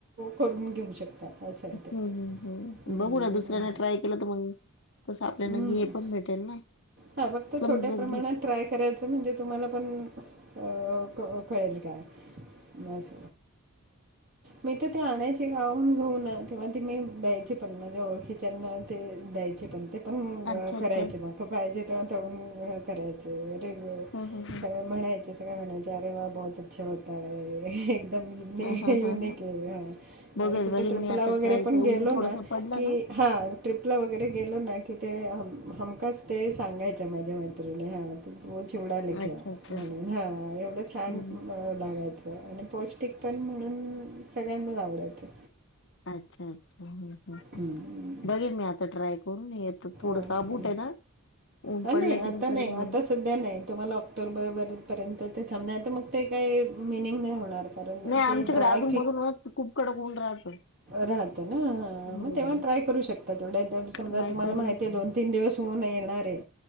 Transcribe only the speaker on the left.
<unintelligible>
हम्मं
बघू ना दुसऱ्याने ट्राय केलं त मंग तस आपल्याना
गे हे पण भेटेल ना
समजल
घे
<inaudible>
अच्छा अच्छा
ह ह ह.
ह ह
ह ह
बघेल
बघेल
मी आता
ट्राय
कर
ऊन थोडस
पडलं
ना.
अच्छा अच्छा
हम्म
अच्छा! अच्छा!
बघेल मी आता ट्राय करून येत तर थोडंच
आबूट आहे ना? उन
पडलं
की
म
करेन मग.
नाही आमच्याकडे
अधून मधून वा खूप कडक ऊन राहतं.
हम्म
ट्राय
करेलच